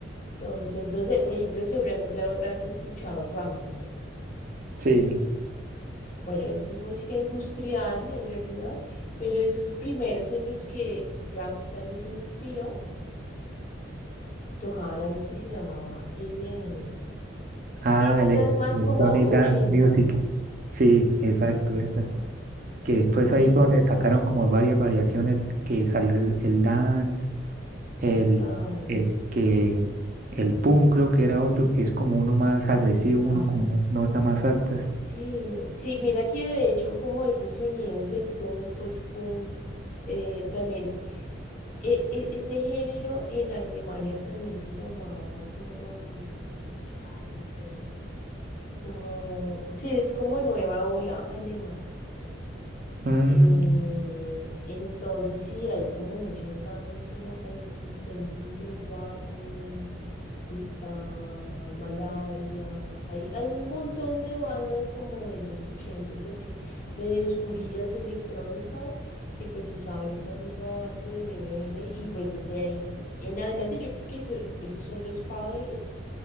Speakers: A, on the left; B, on the right.
A: Entonces, no sé, por ejemplo, seguramente habrás escuchado Rammstein.
B: Sí.
A: Bueno, esto es música industrial en realidad, pero esos primeros en los que Rammstein se inspiró tocaban algo que se llamaba EDM.
B: Ah,
A: Y esto
B: ele-
A: ya es más
B: Electronic
A: como ochentas.
B: Dance Music. Sí, exacto,
A: Ajá,
B: esa. Que después
A: sí,
B: ahí fue donde sacaron como varias variaciones que salió el, el dance, El,
A: total.
B: el que, el punk creo que era otro que es como uno más agresivo, uno
A: Ajá.
B: con más notas más altas.
A: Sí, sí, mira que de hecho como esos sonidos del punk, post-punk, eh, también, e- e- este género en Alemania también se llamaba como... mm, Ay, espérate. como, sí, es como nueva ola alemana.
B: Mm,
A: Eh, entonces sí, hay como muchas bandas como Einstürzenden Neubauten, está Malaria, hay, hay un montón de bandas como de los ochentas, así, medio oscurillas electrónicas, que pues usaban esa misma base del EBM y pues de ahí en adelante yo creo que eso- esos son los padres.